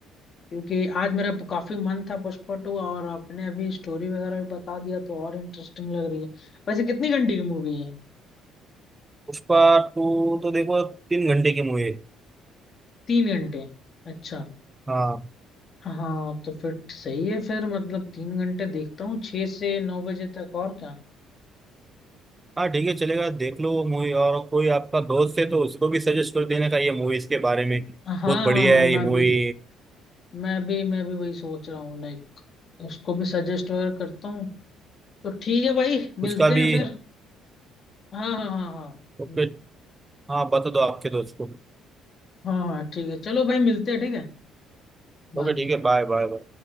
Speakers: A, on the left; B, on the right.
A: क्योंकि आज मेरा काफी मन था पुष्पा टू और आपने अभी स्टोरी वगैरह भी बता दिया तो और इंटरेस्टिंग लग रही है वैसे कितनी घंटे की मूवी है
B: पुष्पा टू तो देखो तीन घंटे की मूवी है
A: तीन घंटे अच्छा
B: हाँ
A: हाँ तो फिर सही है फिर मतलब तीन घंटे देखता हूँ छह से नौ बजे तक और क्या
B: हाँ ठीक है चलेगा देख लो वो मूवी और कोई आपका दोस्त है तो उसको भी सजेस्ट कर देने का ये मूवी इसके बारे में
A: हाँ हाँ
B: बहुत बढ़िया
A: हाँ
B: है
A: मैं
B: ये मूवी
A: भी मैं भी मैं भी वही सोच रहा हूँ लाइक उसको भी सजेस्ट वगैरह करता हूँ तो ठीक है भाई
B: उसका
A: मिलते हैं
B: भी
A: फिर हाँ हाँ हाँ हाँ
B: ओके हाँ बता दो आपके दोस्त को
A: हाँ हाँ ठीक है चलो भाई मिलते हैं ठीक है बाद
B: ओके ठीक
A: में
B: है बाय बाय